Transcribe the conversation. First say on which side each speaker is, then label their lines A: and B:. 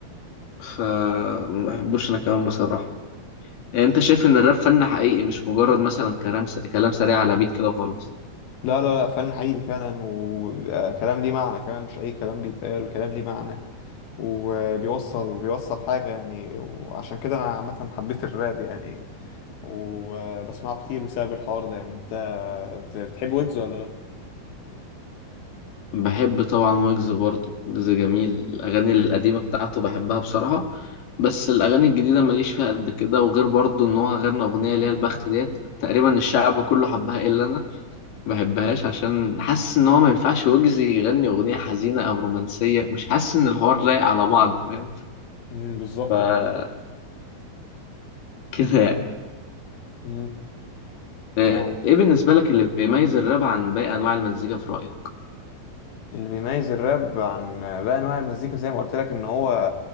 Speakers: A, on the left; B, on the left.
A: فما بحبوش أنا كمان بصراحة يعني أنت شايف إن الراب فن حقيقي مش مجرد مثلا كلام س... كلام سريع على بيت كده وخلاص
B: لا لا لا فن حقيقي فعلا وبيبقى كلام ليه معنى كمان مش اي كلام بيتقال كلام ليه معنى وبيوصل بيوصل حاجه يعني وعشان كده انا عامه حبيت الراب يعني وبسمعه كتير بسبب الحوار ده يعني انت بتحب ويجز ولا لا
A: بحب طبعا ويجز برضه ويجز جميل الأغاني القديمة بتاعته بحبها بصراحة بس الأغاني الجديدة ماليش فيها قد كده وغير برضه إن هو غنى أغنية اللي هي البخت ديت تقريبا الشعب كله حبها إلا أنا ما بحبهاش عشان حاسس إن هو ما ينفعش ويجز يغني أغنية حزينة أو رومانسية مش حاسس إن الحوار لايق على بعض فاهم
B: امم بالظبط
A: فكده يعني.
B: مم.
A: آه،
B: انا
A: إيه بالنسبة لك اللي بيميز الراب عن باقي أنواع المزيكا في رأيك؟
B: اللي بيميز الراب عن باقي انواع المزيكا زي ما قلت لك ان هو